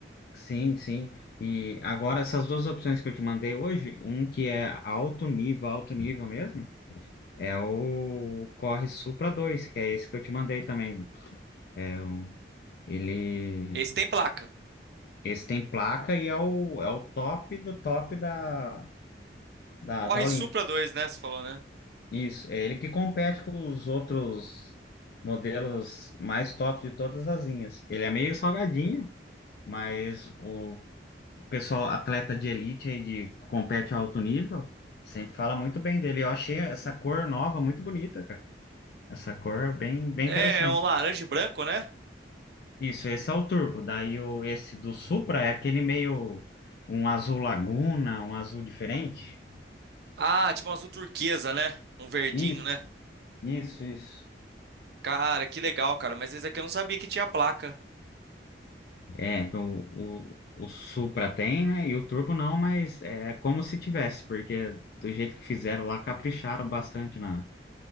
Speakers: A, on the left; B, on the right.
A: sim, sim. E agora essas duas opções que eu te mandei hoje, um que é alto nível, alto nível mesmo, é o Corre Supra dois, que é esse que eu te mandei também. É o, ele
B: Esse tem placa.
A: esse tem placa e é o, é o top do top da, da,
B: Corre
A: da Olímpia.
B: Supra dois, né? Você falou, né?
A: Isso, é ele que compete com os outros modelos mais top de todas as linhas. Ele é meio salgadinho, mas o pessoal atleta de elite aí de que compete a alto nível sempre fala muito bem dele. Eu achei essa cor nova muito bonita, cara. Essa cor bem, bem
B: É,
A: interessante.
B: é um laranja e branco, né?
A: Isso, esse é o turbo. Daí o, esse do Supra é aquele meio um azul laguna, um azul diferente.
B: Ah, tipo um azul turquesa, né? Um verdinho,
A: Isso,
B: né?
A: isso, isso.
B: Cara, que legal, cara. Mas esse aqui eu não sabia que tinha placa.
A: É, do- o, o Supra tem, né? E o Turbo não, mas é como se tivesse, porque do jeito que fizeram lá, capricharam bastante na,